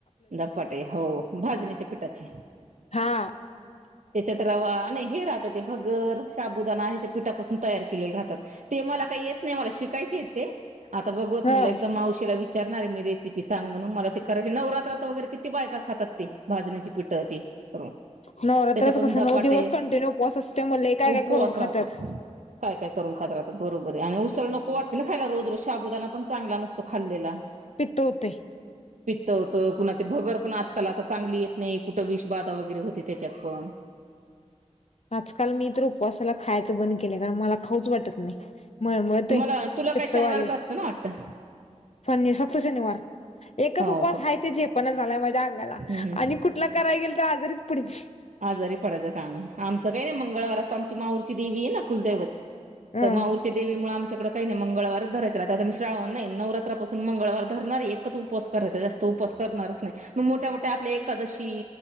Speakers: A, on the right; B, on the left.
A: धपाटे हो भाजणीच्या पिठाचे..
B: हा...
A: त्याच्यात रवा नाही हे राहतात ते भगर शाबुदाना ह्याच्या पीठापासून तयार केलेले राहतात ते मला काही येत नाही मला शिकायच. ते आता बघुयात
B: ह
A: म्हणल एकदा मावशीला विचारणार आहे मी रेसिपी सांग म्हणून मला करायची नवरात्र.. वगैरे किती बायका खातात ते भाजण्याची पिठ ते करून...
B: नवरात्राच
A: त्याच्यापासून
B: कसं
A: धपाटे
B: नऊ दिवस कंटिन्यू उपवास असल्यामुळे काय काय
A: उपवास
B: करून खातात
A: राहतात काय काय.... करून खात राहतात बरोबर आहे आणि उसळ नको वाटते ना खायला रोज रोज शाबुदाना पण चागंला नसतो खाल्लेला...
B: पित्त होतय.
A: पित्त होत पुन्हा... ते भगर पण आजकाल आता चांगली येत नाही कुठं विष बाधा वगैरे होती त्याच्यात पण..
B: आजकाल मी तर उपवासाला खायचं बंद केले कारण मला खाऊच वाटत नाही. नाही मळमळतय
A: तुम्हाला
B: आहे
A: तुला काय
B: पित्त
A: शनिवारच
B: व्हालय..
A: असतं ना वाटतं?
B: फनि फक्त शनिवार एकच
A: हो
B: उपवास
A: फक्त
B: हाय ते झेपणा झालाय माझ. अंगाला
A: हम्म
B: आणि कुठला कराय गेल तर आजारीच पडते.
A: आजारी पडायचं काम आहे आमचं काही नाही मंगळवार असतो आमची माहोरची देवी आहे ना कुलदैवत...
B: अ
A: तर माऊरच्या देवी मुळ आम.. कडे काही नाही मंगळवारच धरायच आता मी श्रावण नाही नवरात्रपासून मंगळवार धरणार एकच उपवास करायचा जास्त उप.... उपवास करणारच नाही मोठ्या मोठ्या आपल्या एकादशी